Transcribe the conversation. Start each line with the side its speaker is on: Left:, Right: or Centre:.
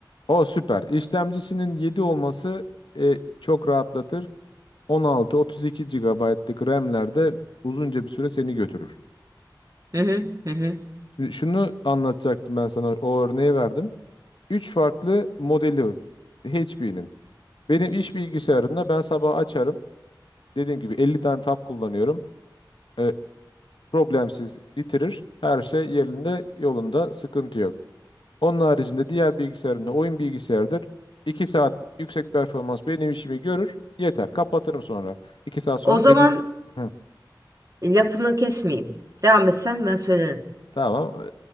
Left: O süper. İşlemcisinin 7 olması e, çok rahatlatır. On altı, otuz iki GB'lık RAM'lerde uzunca bir süre seni götürür.
Right: Hı hı, hı hı.
Left: Şimdi şunu anlatacaktım ben sana o örneği verdim. Üç farklı modeli var. HP'nin. Benim iş bilgisayarında ben sabah açarım. Dediğim gibi 50 tane tab kullanıyorum. E, problemsiz bitirir. Her şey yerinde yolunda sıkıntı yok. Onun haricinde diğer bilgisayarımda oyun bilgisayardır. 2 saat yüksek performans benim işimi görür. Yeter. Kapatırım sonra. 2 saat sonra
Right: O zaman
Left: deli... Hı,
Right: lafını kesmeyeyim. Devam etsen ben söylerim.
Left: tamam.